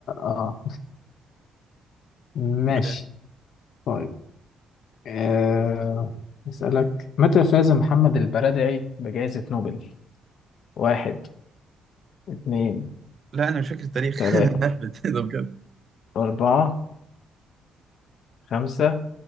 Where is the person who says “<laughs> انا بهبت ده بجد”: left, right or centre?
Right